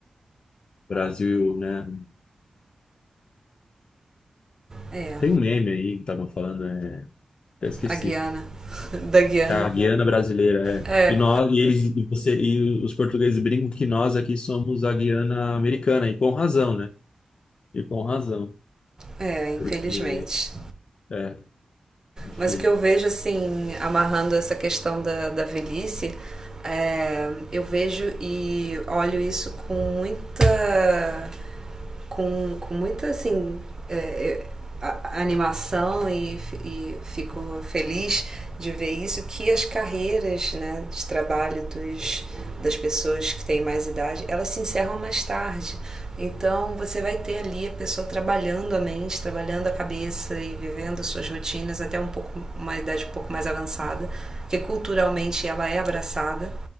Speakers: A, on the left (about 55°); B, on the right (about 30°).
A: Brasil, né?
B: É,
A: Tem um meme aí que tava falando, é, até esqueci
B: a Guiana, <laughs> da Guiana.
A: É a Guiana brasileira, é.
B: É,
A: E nós, e eles, e você, e os portugueses brincam que nós aqui somos a Guiana americana, e com razão, né? E com razão,
B: é, infelizmente.
A: porque, é, enfim,
B: Mas o que eu vejo, assim, amarrando essa questão da, da velhice, é, eu vejo e olho isso com muita com, com muita assim, é, é, a- a animação e, e fico feliz de ver isso, que as carreiras né, de trabalho dos, das pessoas que têm mais idade, elas se encerram mais tarde. Então você vai ter ali a pessoa trabalhando a mente, trabalhando a cabeça e vivendo suas rotinas até um pouco uma idade um pouco mais avançada, porque culturalmente ela é abraçada.